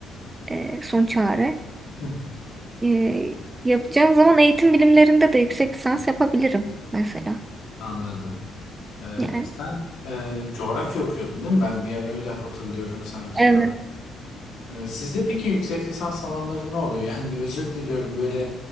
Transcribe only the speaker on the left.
<laughs>
Anladım. Ee,
sen e, coğrafya okuyordun değil mi? Ben bir ara öyle hatırlıyorum sanki.
Ee, Sizde peki yüksek lisans alanları ne oluyor? <laughs> Yani özür diliyorum böyle